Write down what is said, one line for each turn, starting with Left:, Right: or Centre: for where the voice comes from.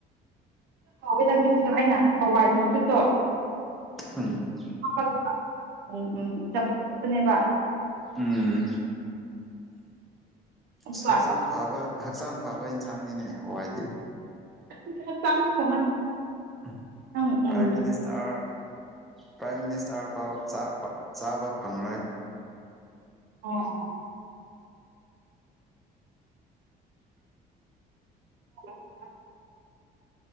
Right: ꯍꯥꯎꯋꯦ ꯅꯪꯁꯨ ꯁꯤꯗ ꯑꯩꯅ ꯍꯋꯥꯏ ꯆꯝꯐꯨꯠꯇꯣ
Centre: ꯎꯝ
Right: ꯍꯥꯞꯄꯛꯄ ꯎꯝ ꯎꯝ ꯆꯝꯐꯨꯠ ꯐꯨꯠꯄꯅꯦꯕ
Centre: ꯎꯝ
Right: ꯑꯗꯨꯒ
Centre: ꯁꯛꯆꯥꯡ ꯐꯕ ꯍꯛꯆꯥꯡ ꯐꯕ ꯏꯟꯁꯥꯡꯅꯤꯅꯦ ꯍꯋꯥꯏꯗꯤ
Right: ꯈꯪꯗꯦ ꯍꯛꯆꯥꯡ ꯐꯃꯟ
Centre: ꯎꯝ
Right: ꯅꯪ
Centre: ꯄ꯭ꯔꯥꯏ
Right: ꯎꯝ
Centre: ꯃꯤꯅꯤꯁ ꯇ꯭ꯔ ꯄ꯭ꯔꯥꯏꯝ ꯃꯤꯅꯤꯁꯇ꯭ꯔꯐꯥꯎ ꯆꯥꯛ ꯄꯥꯛ ꯆꯥꯕ ꯐꯪꯉꯔꯣꯏ
Right: ꯑꯣ <inaudible>